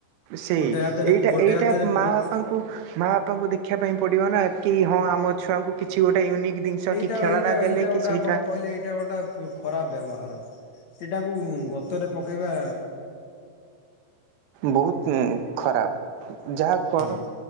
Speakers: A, on the right; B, on the left.
A: ସେଇ
B: ଗୋଟେ ହାତରେ
A: ଏଇଟା
B: ଗୋଟେ
A: ଏଇଟା
B: ହାତରେ
A: ମା
B: ଫୋ
A: ବାପାଙ୍କୁ ମା ବାପାଙ୍କୁ ଦେଖିବା ପାଇଁ ପଡିବ ନା କି ହଁ ଆମ ଛୁଆଙ୍କୁ କିଛି ଗୋଟେ ୟୁନିକ୍ ଜିନିଷ
B: ଏଇଟା
A: କି ଖେଳନା
B: ଏଇଟା
A: ଦେଲେ
B: ଏଇଟା ଗୋଟେ
A: କି ସେଇଟା
B: ଆପଣ କହିଲେ ଏଇଟା ଗୋଟେ ଖରାପ ବ୍ୟବହାର ଏଇଟାକୁ ଗତରେ ପକେଇବା।
A: ବହୁତ ଉଁ ଖରାପ। ଯାହା କର
B: ହଁ